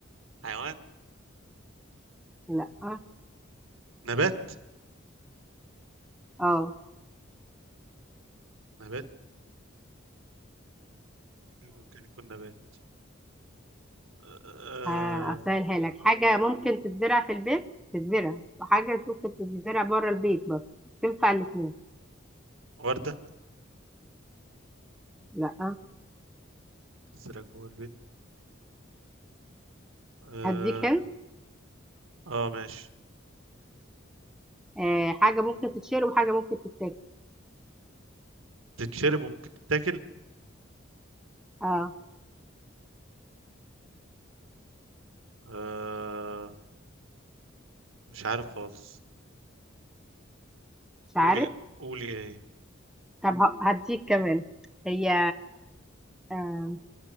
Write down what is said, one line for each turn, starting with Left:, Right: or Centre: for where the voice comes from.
Right: حيوان
Centre: لا اه
Right: نبات
Centre: اه
Right: نبات إيه اللي ممكن يكون نبات أه...
Centre: آه، هسهلها لك حاجة ممكن تتزرع في البيت تتزرع وحاجة ممكن تتزرع بره البيت برضه تنفع الاتنين
Right: وردة
Centre: لا
Right: تتسرق جوه البيت اه,
Centre: هديك هنا
Right: آه ماشي
Centre: آه حاجة ممكن تتشرب وحاجة ممكن تتاكل
Right: تتشرب وممكن تتاكل
Centre: اه
Right: آه مش عارف خالص
Centre: مش
Right: قولي
Centre: عارف
Right: قولي ايه
Centre: طب ه- هديك كمان هي آه